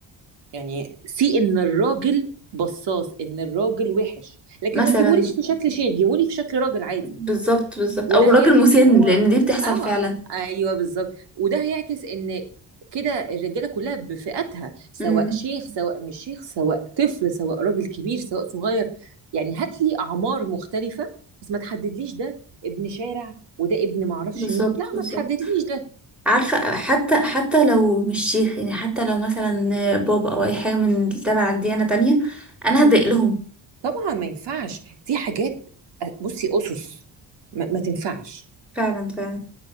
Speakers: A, on the right; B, in the centre.
A: يعني سي ان الراجل بصاص ان الراجل وحش لكن
B: مثلا
A: ما تجيبوليش في شكل شيخ جيبولي في شكل راجل عادي
B: بالظبط بالظبط
A: وده
B: او راجل
A: هيعكس
B: مسن
A: ان هو
B: لان دي بتحصل
A: اه
B: فعلا
A: ايوه بالظبط وده هيعكس ان كده الرجاله كلها بفئاتها سواء
B: امم
A: شيخ سواء مش شيخ سواء طفل سواء راجل كبير سواء صغير يعني هات لي اعمار مختلفه بس ما تحددليش ده ابن شارع وده ابن معرفش
B: بالظبط
A: مين لا
B: بالظبط
A: ما تحددليش ده
B: عارفة حتى حتى لو مش شيخ يعني حتى لو مثلا بابا او اي حاجة من تبع الديانة تانية انا هضايق لهم
A: طبعا ما ينفعش دي حاجات آه، بصي أسس ما, ما تنفعش
B: فعلا فعلا